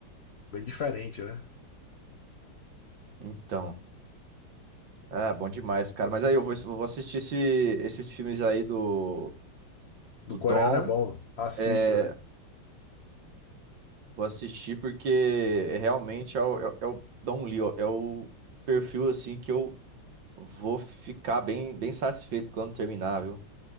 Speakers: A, on the left; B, on the right.
A: bem diferente, né?
B: Então, ah, bom demais, cara. Mas aí eu vou, eu vou assistir esse- esses filmes aí do, do
A: Do
B: Dom.
A: coreano é bom, assista.
B: É,
A: velho.
B: vou assistir porque é realmente é o, é o- é o Don Lee, ó, é o perfil assim que eu vou ficar bem, bem satisfeito quando terminar, viu?